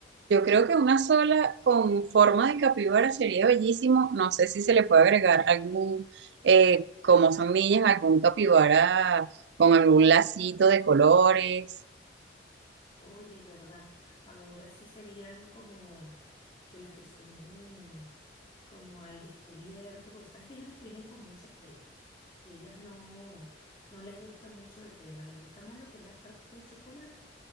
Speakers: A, on the right (about 65°); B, on the left (about 30°).
A: Yo creo que una sola con forma de capibara sería bellísimo. No sé si se le puede agregar algún, eh, como son millas, algún capibara con algún lacito de colores.
B: Oye, ¿verdad? Ahora sí serían como de las que son mm, como al descubierto, porque sabes que hay unas que vienen con mucha crema y ellas no, no les gusta mucho de crema, les gusta más lo que es la parte de chocolate,